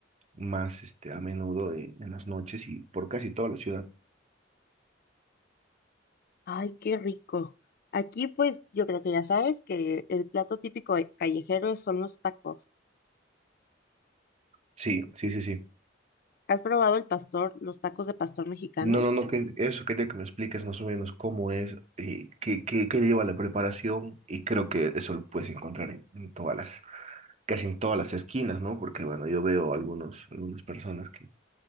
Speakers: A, on the right; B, on the left.
A: más este, a menudo en, en las noches y por casi toda la ciudad.
B: Ay, qué rico. Aquí, pues, yo creo que ya sabes que el plato típico de- callejero son los tacos.
A: Sí, sí, sí, sí.
B: ¿Has probado el pastor, los tacos de pastor mexicano?
A: No, no, no, que eso quería que me expliques más o menos cómo es, eh, qué, qué, qué lleva la preparación y creo que eso lo puedes encontrar en, en todas las, casi en todas las esquinas, ¿no? Porque bueno, yo veo algunos, algunas personas que